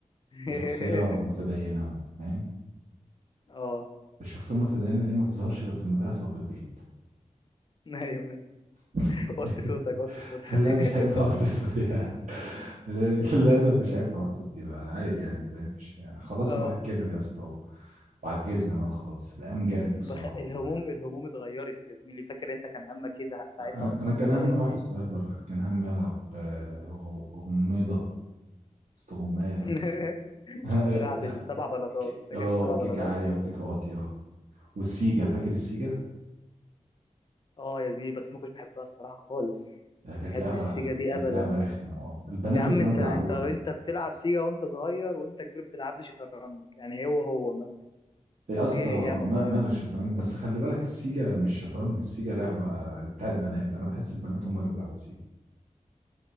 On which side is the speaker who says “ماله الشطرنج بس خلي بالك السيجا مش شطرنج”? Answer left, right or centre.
Right